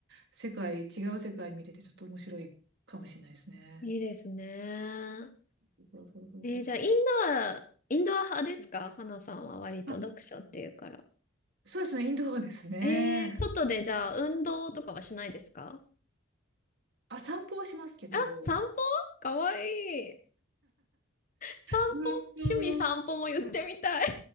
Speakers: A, on the right; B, on the left.
A: 世界、違う世界見れて、ちょっと面白いかもしれないですね。
B: い。いいですね。
A: そうそうそうそうそう。
B: えー、じゃあ、インドア、インドア派ですか花さんは割と読書っていうから。
A: あ、そうですね、インドアですね。
B: えー、外でじゃあ、運動とかはしないですか
A: あ、散歩はしますけど、
B: あ、散歩かわいい。散歩趣味散歩も言ってみたい。
A: 運動、